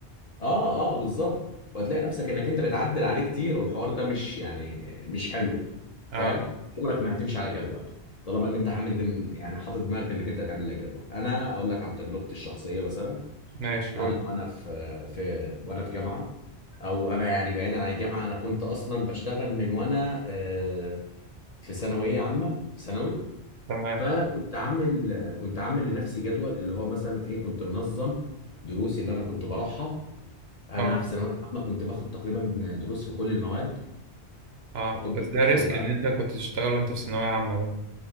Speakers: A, on the left; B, on the right.
A: اه اه بالظبط وهتلاقي نفسك انك انت بتعدل عليه كتير والحوار ده مش يعني مش حلو
B: اه
A: فاهم عمرك ما هتمشي على جدول طالما ان انت حامل دم يعني حاطط دماغك انك انت هتعمل لك جدول انا اقول لك عن تجربتي الشخصيه مثلا
B: ماشي
A: انا
B: قول
A: وانا في في وانا في جامعه او انا يعني بعيدا عن الجامعه انا كنت اصلا بشتغل من وانا آه، في ثانويه عامه في ثانوي
B: تمام
A: فكنت عامل كنت عامل لنفسي جدول اللي هو مثلا ايه كنت منظم دروسي اللي انا كنت بروحها انا
B: اه
A: في ثانويه عامه كنت باخد تقريبا دروس في كل المواد
B: اه
A: فكنت
B: بس ده
A: منظم
B: ريسك
A: بقى
B: ان
A: ايه
B: انت كنت تشتغل وانت في ثانوية عامة ده